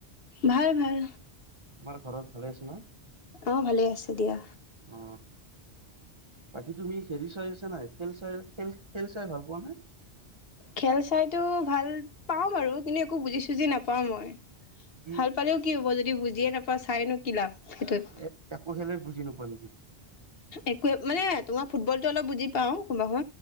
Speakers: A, on the left (about 65°); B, on the right (about 30°).
A: ভাল ভাল
B: তোমাৰ ঘৰত ভালে আছে ন
A: অ ভালে আছে দিয়া
B: অ বাকী তুমি খেল চাই আছা নাই খেল চাই খেল খেল চাই ভাল পোৱা নে
A: খেল চাইতো ভাল পাওঁ বাৰু কিন্তু একো বুজি চুজি নাপাওঁ মই
B: কি
A: ভাল পালেও কি হ'ব যদি বুজিয়ে নাপাওঁ চাইনো কি লাভ সেইটোত
B: এ একো খেলে <unintelligible>
A: একোৱে মানে তোমাৰ ফুটবলটো অলপ বুজি পাওঁ কোনোবা